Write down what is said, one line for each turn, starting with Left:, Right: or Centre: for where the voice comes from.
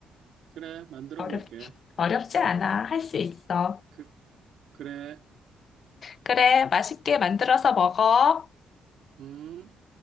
Right: 그래. 만들어
Left: 어렵,
Right: 볼게.
Left: 어렵지 않아. 할 수 있어.
Right: 그, 그래.
Left: 그래, 맛있게 만들어서 먹어.
Right: 음.